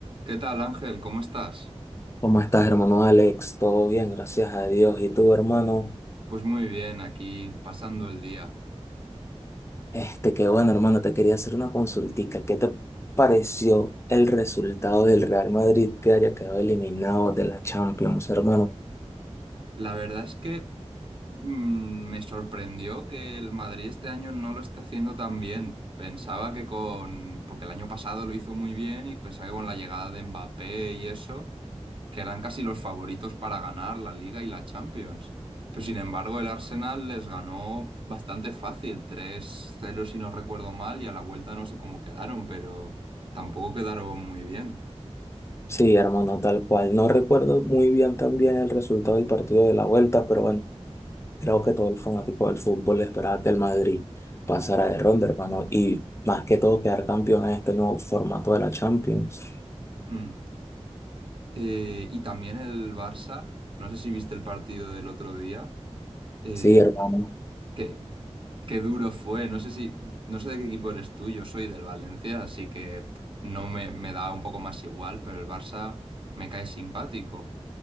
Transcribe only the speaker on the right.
¿Qué tal, Ángel? ¿Cómo estás?
Pues muy bien, aquí pasando el día.
La verdad es que mm, me sorprendió que el Madrid este año no lo esté haciendo tan bien. Pensaba que con... porque el año pasado lo hizo muy bien y pensaba que con la llegada de Mbappé y eso, que eran casi los favoritos para ganar la Liga y la Champions. Pero sin embargo, el Arsenal les ganó bastante fácil, tres cero si no recuerdo mal, y a la vuelta no sé cómo quedaron, pero tampoco quedaron muy bien.
Mm. Eh, y también el Barça, no sé si viste el partido del otro día, eh,
que, qué duro fue, no sé si, no sé de qué equipo eres tú, yo soy del Valencia, así que no me, me da un poco más igual, pero el Barça me cae simpático.